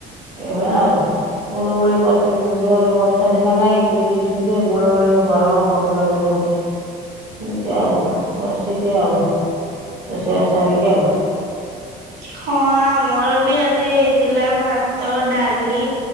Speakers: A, on the right; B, on the right.
A: ଏଇଭଳିଆ ଆଉ। ଗୁଳୁଗୁଳି ପଡୁଚି ଜୋର ବର୍ଷା ସିନା ନାଇଁ, ଟିକେ-ଟିକେ ଝିପିଝିପି ଗୁଳୁଗୁଳି ଗରମ ପବଳ ଜୋରେ ହଉଚି। ଏନ୍ତି ଆଉ ବସିଚି ଆଉ, ରୋସେଇ ବାସ ସାରିକି ଆଉ।
B: ହଁ ଆମ୍ ଆମର ବି ଆଜି ହେଇଥିଲା ଭାତ, ଡାଲି,